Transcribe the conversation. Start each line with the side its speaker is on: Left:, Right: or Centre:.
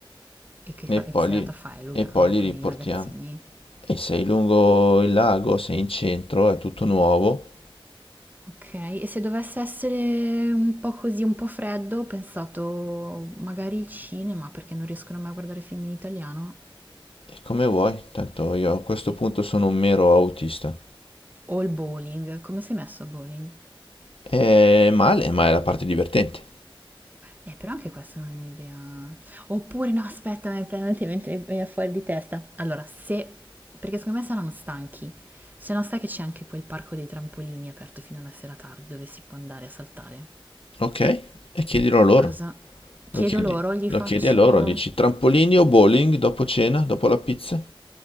Right: E che,
Left: e
Right: fa-
Left: poi
Right: e che serata
Left: li,
Right: fai, Lugano,
Left: e poi li
Right: con
Left: riportiamo.
Right: i ragazzini?
Left: E sei lungo il lago, sei in centro, è tutto nuovo.
Right: Ok, e se dovesse essere un po' così, un po' freddo, ho pensato magari il cinema, perché non riescono mai a guardare film in italiano,
Left: E come vuoi, tanto io a questo punto sono un mero autista.
Right: o il bowling, come sei messo a bowling?
Left: È male, ma è la parte divertente.
Right: Eh, però anche questa non è un'idea. Oppure no, aspetta, mi è venuta in mente- mi viene fuori di testa. Allora, se... Perché secondo me saranno stanchi. Se no sai che c'è anche quel parco dei trampolini aperto fino alla sera tardi dove si può andare a saltare.
Left: Ok? E chiedilo a loro.
Right: Cosa? Chiedo
Left: Lo chiedi,
Right: loro, gli
Left: lo
Right: faccio...
Left: chiedi a loro, dici trampolini o bowling dopo cena, dopo la pizza?